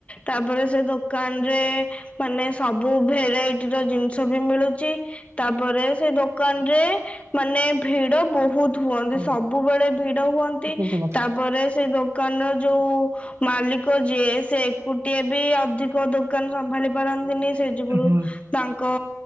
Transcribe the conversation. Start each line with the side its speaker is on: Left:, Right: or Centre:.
Left: ତାପରେ ସେ ଦୋକାନ ରେ ମାନେ ସବୁ ଭେରାଇଟିର ଜିନିଷ ବି ମିଳୁଚି। ତାପରେ ସେ ଦୋକାନରେ ମାନେ ଭିଡ ବହୁତ୍ ଠୁ ହୁଅନ୍ତି
Right: ହଁ
Left: ସବୁବେଳେ ଭିଡ ହୁଅନ୍ତି
Right: କିଛି
Left: ତାପରେ ସେ ଦୋକାନ ର ଯୋଉ ଉ ମାଲିକ ଯିଏ ସେ ଏକୁଟିଆ ବି ଅଧିକ ଦୋକାନ ସମ୍ଭାଳି ପାରନ୍ତିନି ସେଇ ଯୁଗୁରୁ
Right: ଦେଖାଯାଉନି।
Left: ତାଙ୍କ